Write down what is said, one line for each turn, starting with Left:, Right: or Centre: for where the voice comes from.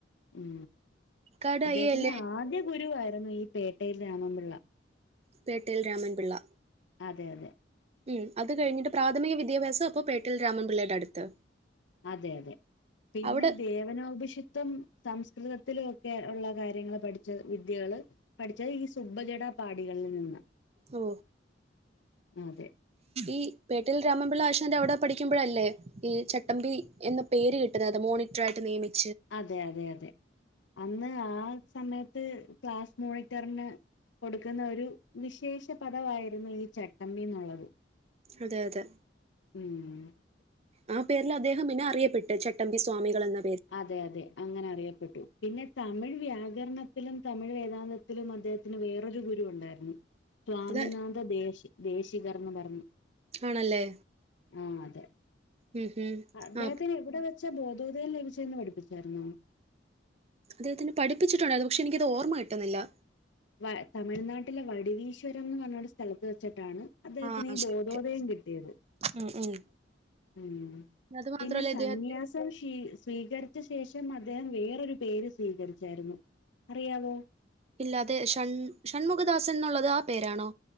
Left: ഉം
Right: കാട്
Left: അദ്ദേഹത്തിന്റെ
Right: അയ്യല്ലേ
Left: ആദ്യ ഗുരുവായിരുന്നു ഈ പേട്ടയിൽ രാമൻപിള്ള.
Right: പേട്ടയിൽ രാമൻപിള്ള.
Left: അതെ അതെ.
Right: ഉം. അത് കഴിഞ്ഞിട്ട് പ്രാഥമിക വിദ്യാഭ്യാസം ഇപ്പോ പേട്ടൽ രാമൻപിള്ളയുടെ അടുത്ത്.
Left: അതെ അതെ പിന്നെ
Right: അവിടെ
Left: ദേവനോപിഷിത്തം സംസ്കൃതത്തിലൊക്കെ ഉള്ള കാര്യങ്ങൾ പഠിച്ച വിദ്യകള് പഠിച്ചത് ഈ സുബ്ബജട പാടികൾ. <unintelligible>
Right: ഓ
Left: അതെ
Right: ഈ പേട്ടയിൽ രാമൻപിള്ള ആഷ എന്റെ അവിടെ പഠിക്കുമ്പോഴല്ലേ ഈ ചട്ടമ്പി എന്ന പേര് കിട്ടുന്നത്. അത് മോണിറ്റർ ആയിട്ട് നിയമിച്ചു
Left: അതെ അതെ അതെ. അന്ന് ആ സമയത്ത് ക്ലാസ് മോണിറ്ററിന് കൊടുക്കുന്ന ഒരു വിശേഷ പദവായിരുന്നു ഈ ചട്ടമ്മി എന്നുള്ളത്.
Right: അതെ അതെ.
Left: ഉം
Right: പേരിൽ അദ്ദേഹം പിന്നെ അറിയപ്പെട്ട്. ചട്ടമ്പി സ്വാമികളെന്ന്.
Left: അതെ അതെ. അങ്ങനെ അറിയപ്പെട്ടു. പിന്നെ തമിഴ് വ്യാകരണത്തിലും തമിഴ് വേദാന്തത്തിലും അദ്ദേഹത്തിന് വേറൊരു ഗുരു ഉണ്ടായിരുന്നു. സ്വാമിനാഥ
Right: അത
Left: ദേശി ദേശികർന്ന് ബർണു.
Right: ആണല്ലേ.
Left: ആ അതെ.
Right: ഉം ഉം
Left: അദ്ദേഹത്തിന്
Right: ആ
Left: എവിടെ വെച്ചാ ബോധോധയം ലഭിച്ച ന്ന് പഠിപ്പിച്ചായിരുന്നു.
Right: അദ്ദേഹത്തിനെ പഠിപ്പിച്ചിട്ടുണ്ടായിരുന്നു. പക്ഷെ എനിക്കത് ഓർമ്മ കയിട്ടുന്നില്ല.
Left: വ തമിഴ്നാട്ടിലെ വടിവീശ്വരം എന്ന് പറഞ്ഞൊ ഒരു സ്ഥലത്ത് വെച്ച. ച്ചാണ് അദ്ദേഹത്തിന്
Right: ആ ശരി
Left: ബോധോതയം
Right: ശരി
Left: കിട്ടിയത്.
Right: ഉം ഉം
Left: ഉം.
Right: അത് മാത്രമല്ല
Left: പിന്നെ സന്യാസം
Right: ഇദ്ദേഹം
Left: സ്വീക ശേഷം അദ്ദേഹം വേറൊരു പേര് സ്വീകരിച്ചായിരുന്നു അറിയാവോ?
Right: ഇല്ല. അതെ ഷൺ ഷൺമുഖദാസൻ എന്നുള്ളത് ആ പേരാണോ?